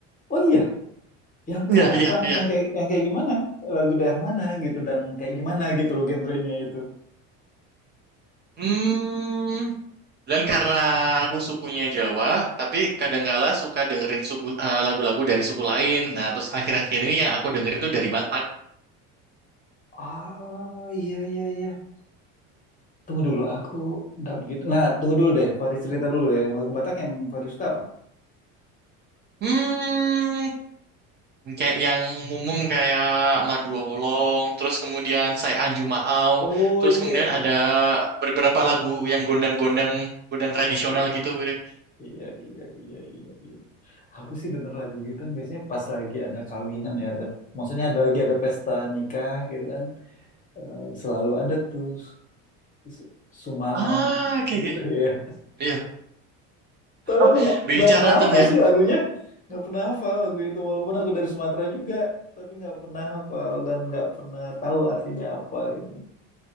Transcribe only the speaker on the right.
Iya,
iya,
iya.
Hmm. Dan karena aku sukunya Jawa, tapi kadangkala suka dengerin suku- eh, lagu-lagu dari suku lain. Nah, terus akhir-akhir ini yang aku denger itu dari Batak.
Hmm, kayak yang umum kayak Mardua Holong, terus kemudian Sai Anju Maau,
terus
kemudian ada beberapa lagu yang gondang-gondang, gondang
tradisional
gitu. gitu.
Ah,
oke, oke.
Iya.
Oh,
bicara
ten
ya.